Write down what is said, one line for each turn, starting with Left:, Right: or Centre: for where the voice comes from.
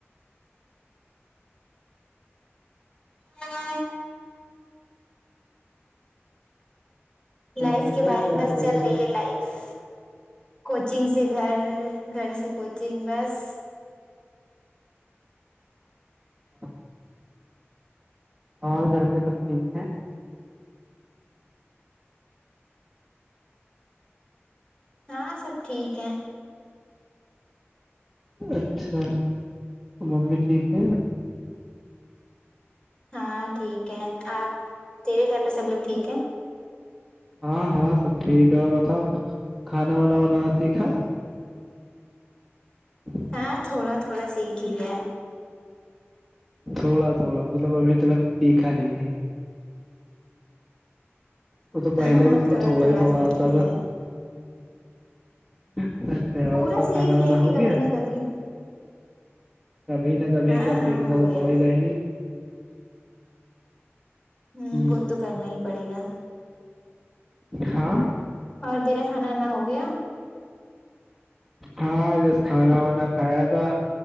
Left: اچاں لائف
Centre: سوچا
Left: کے بارے
Centre: کیا
Left: میں بس
Centre: سب ہو
Left: چل
Centre: گیا
Left: رہی ہے لائف کوچنگ سے گھر گھر سے کوچنگ بس
Centre: ہاں اور گھر پہ سب ٹھیک ہیں
Left: ہاں سب ٹھیک ہے
Centre: اچھا تو ممی ٹھیک ہے
Left: ہاں ٹھیک ہے آپ تیرے گھر پہ سب لوگ ٹھیک ہے
Centre: ہاں ہاں سب ٹھیک ہے بتاؤ کھانا وانا بنانا سیکھا ہاں
Left: ہاں تھوڑا تھوڑا سیکھ لیا
Centre: تھوڑا تھوڑا مطلب ابھی تول پیکھا نہیں ہے وہ تو پہلے
Left: ہاں
Centre: بھی تو میں تھوڑا ہی تھوڑا
Left: سیکھ
Centre: آتا
Left: لیا
Centre: تھا
Left: ہے
Centre: تو
Left: پورا سیکھ
Centre: کھانا
Left: لیں
Centre: وانا ہو
Left: گے کبھی
Centre: گیا
Left: نہ کبھی
Centre: کبھی نہ کبھی
Left: ہاں
Centre: کیا
Left: ہاں
Centre: سیکھنا
Left: ہو
Centre: تو
Left: گیا
Centre: پڑے
Left: ہے
Centre: گا ہی
Left: ہوں
Centre: ہ
Left: وہ تو کرنا ہی پڑے گا
Centre: ہاں
Left: اور تیرا کھانا نہ ہو گیا
Centre: ہاں جس کھانا وانا کھایا تھا